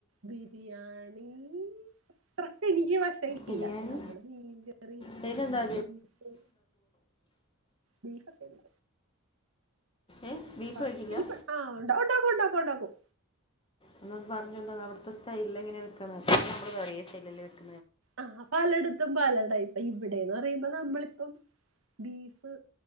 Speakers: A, on the right; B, on the left.
A: ബിരിയാണി അത്രക്ക് എനിക്ക് വശ തിട്ടില്ല.
B: ബിരിയാണി
A: നമ്മള് മീൻകറി
B: അതിനെന്താ
A: ബീഫ് ബീഫക്കല്ല
B: ഏ ബീഫ്
A: ബ
B: കഴിക്കില്ല
A: ബീഫ് ആഹ് ഉണ്ട ഉണ്ടാക്കും ഉണ്ടാക്കും ഉണ്ടാക്കും
B: ന്നാന്ന് പറഞ്ഞോണ്ട അവിടുത്തെ സ്റ്റൈലെങ്ങനെ വെക്കാന്ന്. നമ്മള് ഒരേ സ്റ്റൈലെല്ലെ വെക്കാ
A: ആഹ പലയിടത്തും പലേടൈപ്പാ ഇവിടേന്ന് പറയ്മ്പോ നമ്മളി ഇപ്പം ബീഫ്